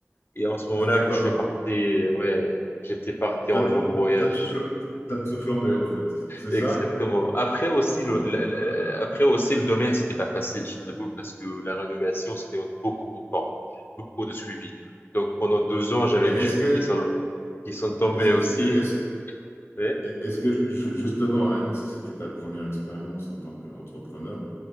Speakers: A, on the left (about 50°); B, on the left (about 65°).
A: Et en ce moment-là,
B: Ah d'accord,
A: je suis
B: donc
A: parti, ouais, j'étais parti
B: t'as
A: en
B: tout,
A: long voyage.
B: t'as tout, fl- t'as tout flambé en fait, c'est
A: Exactement.
B: ça?
A: Après aussi,
B: Ah,
A: le,
B: voilà.
A: la- la- la-
B: Ah,
A: après aussi, le domaine, c'était pas facile, je t'avoue, parce que la rénovation, ça demande beaucoup de temps, beaucoup de suivi. Donc pendant deux ans, j'avais
B: Mais
A: mes
B: est-ce
A: cheveux
B: que,
A: qui sont, qui sont tombés
B: est-ce
A: aussi.
B: est-ce que, est-ce
A: <laughs> Ouais.
B: est-ce que ju- ju- justement, à la limite, ça c'était ta première expérience en tant qu'entrepreneur?